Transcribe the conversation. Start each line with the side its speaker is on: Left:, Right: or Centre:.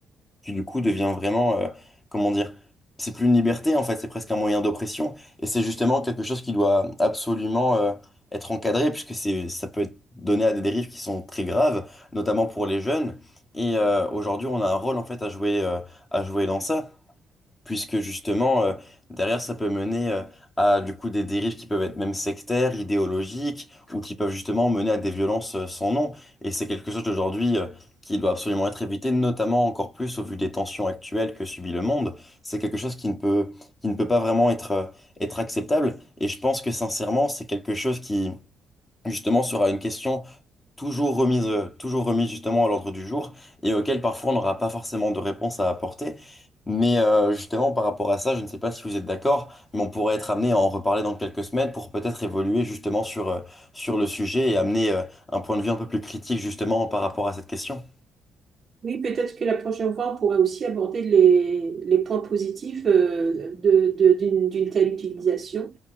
Left: qui du coup devient vraiment, euh, comment dire, c'est plus une liberté en fait, c'est presque un moyen d'oppression, et c'est justement quelque chose qui doit absolument euh, être encadré, puisque c'est, ça peut être donné à des dérives qui sont très graves, notamment pour les jeunes, et euh, aujourd'hui on a un rôle en fait à jouer, euh, à jouer dans ça puisque justement, euh, derrière, ça peut mener euh, à du coup des dérives qui peuvent être même sectaires, idéologiques, ou qui peuvent justement mener à des violences euh, sans nom. Et c'est quelque chose d'aujourd'hui euh, qui doit absolument être évité, notamment encore plus au vu des tensions actuelles que subit le monde. C'est quelque chose qui ne peut, qui ne peut pas vraiment être, euh, être acceptable. Et je pense que sincèrement, c'est quelque chose qui, justement, sera une question toujours remise, euh, toujours remise justement à l'ordre du jour et auquel parfois on n'aura pas forcément de réponse à apporter. Mais euh, justement par rapport à ça, je ne sais pas si vous êtes d'accord, mais on pourrait être amené à en reparler dans quelques semaines pour peut-être évoluer justement sur, euh, sur le sujet et amener euh, un point de vue un peu plus critique justement par rapport à cette question.
Right: Oui, peut-être que la prochaine fois, on pourrait aussi aborder les, les points positifs euh, de, de- d'une, d'une telle utilisation.